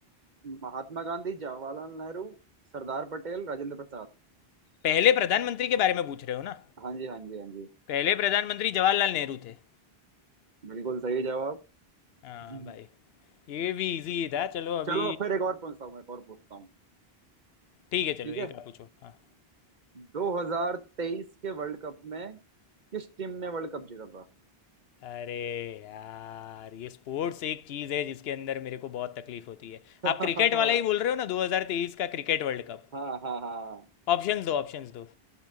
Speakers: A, on the right; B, on the left.
A: महात्मा गांधी जवाहरलाल नेहरू सरदार पटेल राजेंद्र प्रसाद
B: पहले प्रधानमंत्री के बारे में पूछ रहे हो ना
A: हाँ जी हाँ जी हाँ जी
B: पहले प्रधानमंत्री जवाहरलाल नेहरू थे
A: बिल्कुल सही जवाब
B: हाँ
A: जी
B: भाई ये भी इजी था चलो अभी
A: चलो फिर एक और पूछता हूँ एक और पूछता हूँ
B: ठीक है चलो
A: ठीक है
B: एक आप पूछो हाँ
A: 2023 के वर्ल्ड कप में किस टीम ने वर्ल्ड कप जीता था
B: अरे यार ये स्पोर्ट्स एक चीज़ है जिसके अंदर मेरे को बहुत तकलीफ होती है
A: <laughs>
B: आप क्रिकेट वाला ही बोल रहे हो ना 2023 का क्रिकेट वर्ल्ड कप
A: हाँ हाँ हाँ
B: ऑप्शंस दो ऑप्शंस दो